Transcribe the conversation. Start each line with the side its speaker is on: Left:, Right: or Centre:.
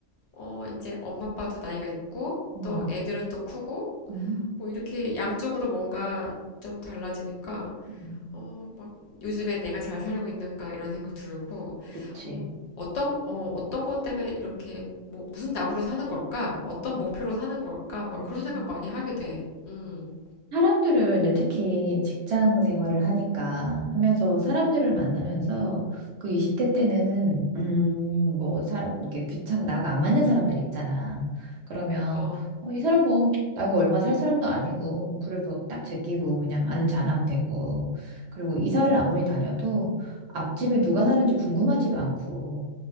Left: 어, 이제 엄마 아빠도 나이가 있고,
Right: 응,
Left: 또 애들은 또 크고,
Right: 응,
Left: 뭐 이렇게 양쪽으로 뭔가 좀 달라지니까,
Right: 음,
Left: 어, 막, 요즘에 내가 잘 살고 있는가 이런 생각 들고,
Right: 그치.
Left: 어, 어떤, 어, 어떤 것 때문에 이렇게, 뭐, 무슨 낙으로 사는 걸까? 어떤
Right: 음.
Left: 목표로 사는 걸까? 막
Right: 그치.
Left: 그런 생각 많이 하게 돼. 음.
Right: 사람들을 이제 특히 직장 생활을 하니까 하면서 사람들을 만나면서 그 20대 때는 음 뭐 사람 이렇게 귀찮 나하고 안 맞는 사람들 있잖아. 그러면
Left: 어,
Right: 어, 이 사람 뭐 나하고 얼마 살 사람도 아니고 그래서 딱 제끼고 그냥 아는 척 안 하면 되고 그리고 이사를 아무리 다녀도 앞집에 누가 사는지 궁금하지도 않고